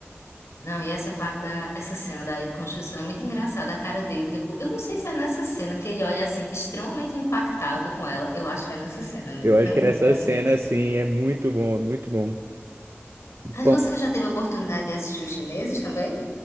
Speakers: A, on the left; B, on the right.
A: Não, e essa parte da essa cena da área de construção é muito engraçada, a cara dele depois. Eu não sei se é nessa cena que ele olha assim extremamente impactado com ela. Eu acho que é nessa cena mesmo.
B: Eu acho
A: É muito
B: que essa
A: engraçado.
B: cena, assim, é muito bom, é muito bom.
A: Mas
B: Como
A: você já teve a oportunidade de assistir os chineses também?